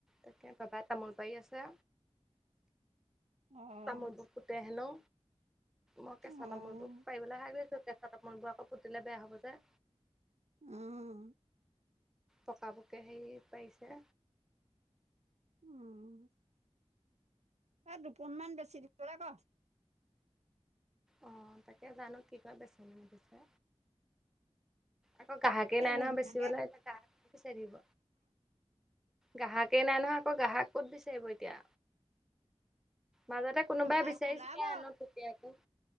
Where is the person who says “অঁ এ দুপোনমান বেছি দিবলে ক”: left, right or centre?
Right